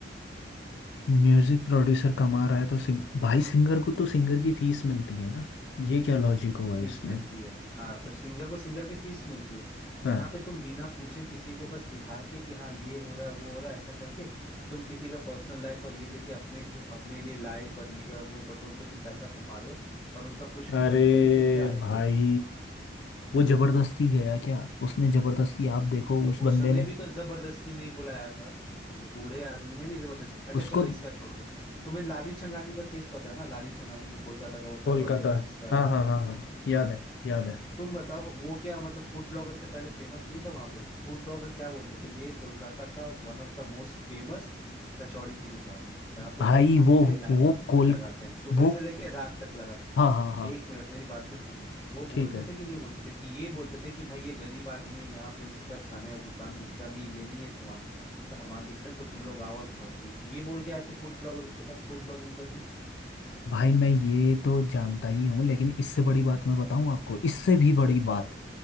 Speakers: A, on the left; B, on the left.
A: म्यूजिक प्रोड्यूसर कमा रहा है तो सिंग भाई सिंगर को तो सिंगर की फीस मिलती है ना ये क्या लॉजिक हुआ
B: फीस
A: इसमें
B: मिलती है हाँ तो सिंगर को सिंगर की फीस मिलती है
A: हाँ
B: यहाँ पे तुम बिना पूछे किसी को बस दिखा के कि हाँ ये हो रहा है वो हो रहा है ऐसा करके तुम किसी का पर्सनल लाइफ और ये देके अपने अपने लिए लाइक और ये और वो बटोर के तुम पैसा कमा रहे हो और उनका कुछ नहीं
A: अरे
B: करते हो तो फिर क्या है
A: भाई
B: ये
A: वो जबरदस्ती गया क्या उसने जबरदस्ती आप देखो
B: तो
A: उस बंदे
B: उसने
A: ने
B: भी तो जबरदस्ती नहीं बुलाया था उस बूढ़े आदमी ने भी जबरदस्ती अच्छा
A: उसको
B: चलो इसका छोड़ दो तुम्हें लाली छंगानी का केस पता है ना लाली छंगानी जो कोलकाता का वो
A: कोलकाता
B: कचौड़ी वाला जिसका
A: हाँ हाँ हाँ हाँ याद
B: हाँ
A: है याद है
B: तुम बताओ वो क्या मतलब फूड ब्लॉगर से पहले फेमस नहीं था वहां पे फूड ब्लॉगर क्या बोलते थे ये कोलकाता का one of the most famous कचौड़ी की दुकान है जहाँ पे
A: भाई
B: लोग खाने
A: वो
B: के लिए लाइन
A: वो
B: और भीड़
A: कोल
B: लगाते हैं सुबह
A: वो
B: से लेके रात तक लगाते हैं
A: हाँ हाँ हाँ
B: एक मिनट मेरी बात तो सुनो वो
A: ठीक
B: बोलते
A: है
B: थे कि नहीं बोलते थे कि ये बोलते थे कि भाई ये गरीब आदमी है यहाँ पे इसका खाने और दुकान बिकता नहीं है ये नहीं है सामान सामान बिकता है तो तुम लोग आओ और खाओ पियो ये बोल के आए थे फूड ब्लॉगर उसके पास फूड ब्लॉगिंग करने
A: भाई मैं ये तो जानता ही हूँ लेकिन इससे बड़ी बात मैं बताऊँ आपको इससे भी बड़ी बात